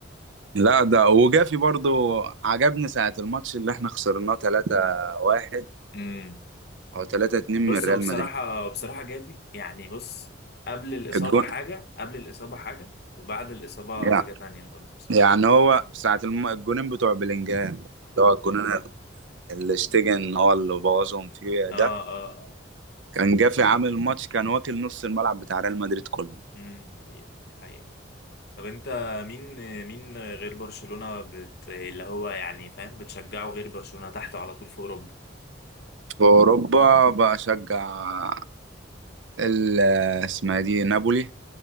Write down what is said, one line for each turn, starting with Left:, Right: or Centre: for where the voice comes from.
Right: لا ده وجافي برضه عجبني ساعة الماتش اللي احنا خسرناه 3-1
Left: امم
Right: او 3-2
Left: بص
Right: من ريال
Left: هو بصراحة
Right: مدريد
Left: بصراحة جافي يعني بص قبل الإصابة
Right: الجون
Left: حاجة قبل الإصابة حاجة وبعد الإصابة
Right: يعني
Left: حاجة تانية خالص بصراحة
Right: يعني هو ساعة الم- الجونين بتوع بلينجهام اللي هو الجونين اللي اشتجن هو اللي بوظهم فيه
Left: اه
Right: ده
Left: اه اه
Right: كان جافي عامل ماتش كان واكل نص الملعب بتاع ريال مدريد كله
Left: امم حقيقي حقيقي طب انت مين مين غير برشلونة بت... اللي هو يعني فاهم بتشجعه غير برشلونة تحته على طول في اوروبا
Right: في أوروبا بشجع ال اسمها دي نابولي